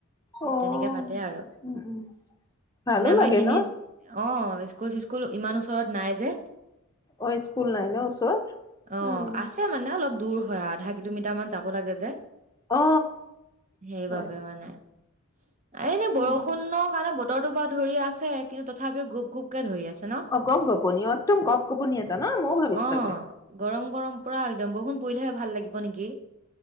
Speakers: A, on the left (about 15°); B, on the right (about 35°).
A: অ
B: তেনেকে পাতে আৰু,
A: উম উম ভালো
B: মানে আমাৰ
A: লাগে
B: এইখিনিত
A: ন
B: অঁ স্কুল চিস্কুল ইমান ওচৰত নাই যে।
A: অ স্কুল নাই ন ওচৰত,
B: অ
A: উম।
B: আছে মানে অলপ দূৰ হয় আও, আধা কিলোমিটাৰ মান যাব লাগে যে।
A: অ
B: সেইবাবে
A: হয়
B: মানে। এনেই
A: উম
B: বৰষুণৰ কাৰণে বতৰটো বাৰু ধৰি আছে, কিন্তু তথাপিও গ্ৰুপ গ্ৰুপকে ধৰি আছে ন?
A: অ গপ গোপনী অ একদম গপ গোপনী এটা ন! মইও ভাবিছো
B: অ
A: তাকে।
B: গৰম গৰম পোৰা একদম বৰষুণ পৰিলেহে ভাল লাগিব নেকি।